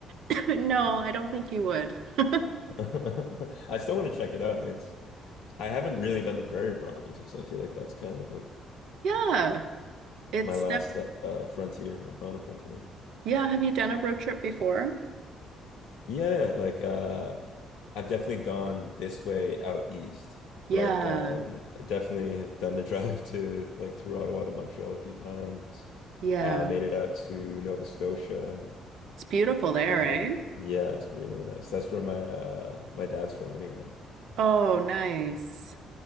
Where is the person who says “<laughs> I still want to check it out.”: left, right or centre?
Left